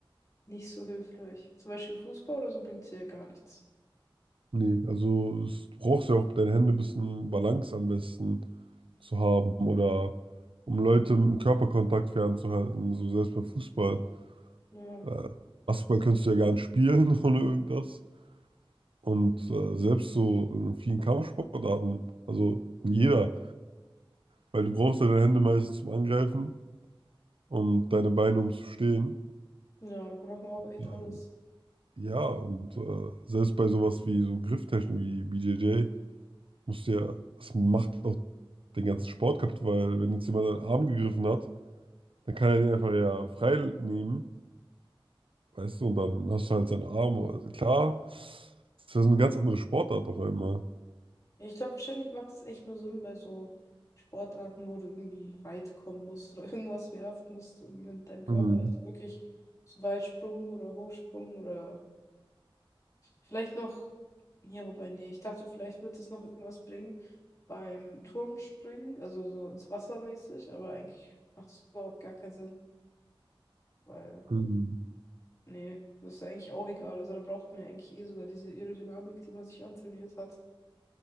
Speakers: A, on the left (about 35°); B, on the right (about 70°).
A: nicht so hilfreich. Zum Beispiel Fußball oder so bringt es ja gar nichts.
B: Nee, also es, du brauchst ja auch deine Hände ein bisschen Balance am besten zu haben oder um Leute im Körperkontakt fernzuhalten, so selbst beim Fußball.
A: Ja,
B: Äh, Basketball kannst du ja gar nicht spielen <laughs> ohne irgendwas. Und äh, selbst so in vielen Kampfsportarten, also in jeder, weil du brauchst ja deine Hände meistens zum Angreifen und deine Beine um zu stehen.
A: ja, da braucht man auch echt
B: Äh,
A: alles.
B: Ja, und äh, selbst bei sowas wie so Grifftechnik wie BJJ. musst du ja, das macht auch den ganzen Sport kaputt, weil wenn jetzt jemand seinen Arm gegriffen hat, dann kann er den einfach ja frei nehmen, weißt du, und dann hast du halt seinen Arm. Also klar, das wäre so eine ganz andere Sportart auf einmal.
A: Ja, ich glaube, wahrscheinlich macht es echt nur Sinn bei so Sportarten, wo du irgendwie weit kommen musst oder <laughs> irgendwas werfen musst, so irgendwie mit deinem Körper.
B: Mhm.
A: Also wirklich so Weitsprung oder Hochsprung oder vielleicht noch, ja, wobei, nee, ich dachte, vielleicht wird es noch irgendwas bringen beim Turmspringen, also so ins Wasser mäßig, aber eigentlich macht es überhaupt gar keinen Sinn, weil,
B: Mhm.
A: nee, das ist eigentlich auch egal. Also da braucht man ja eigentlich eh sogar diese Aerodynamik, die man sich antrainiert hat.